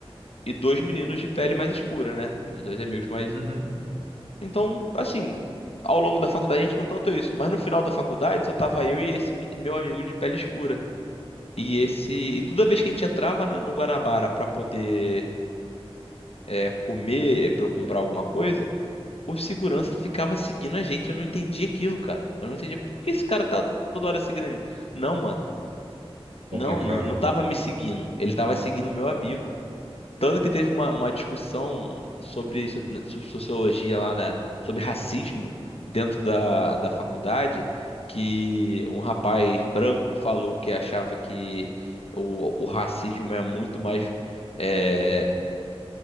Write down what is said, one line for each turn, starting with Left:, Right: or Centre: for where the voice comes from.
Left: e dois meninos de pele mais escura, né? De dois amigos mais.
Right: Uhum.
Left: Então, assim, ao longo da faculdade a gente nunca notou isso, mas no final da faculdade só tava eu e esse mi- meu amigo de pele escura. E esse, e toda vez que a gente entrava na- no Guanabara para poder é, comer, para eu comprar alguma coisa, o segurança ficava seguindo a gente. Eu não entendia aquilo, cara. Eu não entendia por que esse cara tá toda hora seguindo. a gente?" Não, mano.
Right: Complicado,
Left: Não, não, não
Right: hein?
Left: tava me seguindo. Ele tava seguindo o meu amigo. Tanto que teve uma, uma discussão sobre, so- sobre sociologia lá, né? Sobre racismo dentro da, da faculdade, que um rapaz branco falou que achava que o, o racismo é muito mais. eh,